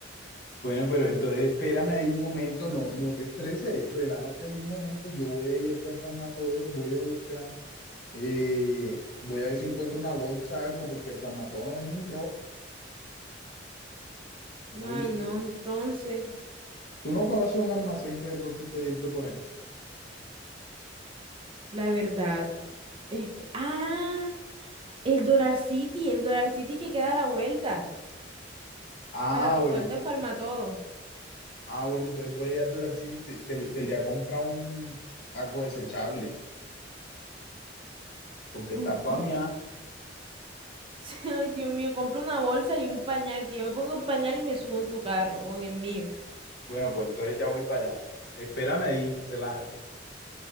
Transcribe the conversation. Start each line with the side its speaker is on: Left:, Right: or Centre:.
Left: Bueno, pero entonces espérame ahí un momento, no, no te estreses, relájate ahí un momento, yo voy a ir aquí a Famatodo, voy a buscar, eh, voy a ver si encuentro una bolsa, algo, porque Famatodo no venden ropa, ¿oíste?
Right: Ay, no, entonces,
Left: Tú no conoces un almacén que de pronto esté abierto por aquí.
Right: la verdad, este, ah, el Dollar City, el Dollar City que queda a la vuelta,
Left: Ah,
Right: a la
Left: bueno,
Right: vuelta en Farmatodo.
Left: Ah, bueno, entonces voy a ir así, te, te, te iré a comprar un, algo desechable, porque
Right: Un-
Left: está toda
Right: un-
Left: mía.
Right: <laughs> Ay, Dios mío, compra una bolsa y un pañal, que yo me pongo el pañal y me subo en tu carro o en el mío.
Left: Bueno, pues entonces ya voy para allá. Espérame ahí, relájate.